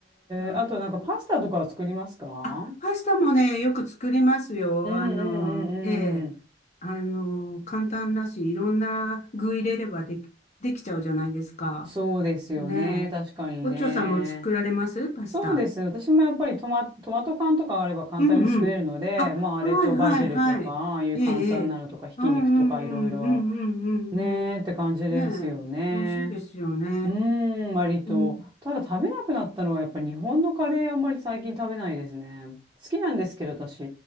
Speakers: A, on the left; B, on the right.
A: うん
B: え、あとなんかパスタとかは作りますかうん
A: あ、パスタもね、よく作りますよ。
B: うんうんうん。
A: あの、ええ。あの、簡単だし、いろんな具入れればでき、できちゃうじゃないですか。
B: そうですよね。
A: ねえ。
B: 確かにね。
A: おちょさんも作られますパスタ。
B: そうですね。私もやっぱりトマ、トマト缶とかがあれば簡単に作れるので、
A: うんうん。あ、
B: まああれとバジルとか、
A: はいはいはい。
B: ああいう簡単なのとか、
A: ええ、ええ。
B: ひき肉とかいろいろ、
A: うんうんうんうんうんうんうん。
B: ねーって感じですよね。
A: ねえ、美味しいですよね。
B: うーん、割と。
A: うん、
B: ただ食べなくなったのはやっぱ日本のカレーあんまり最近食べないですね。好きなんですけど、私。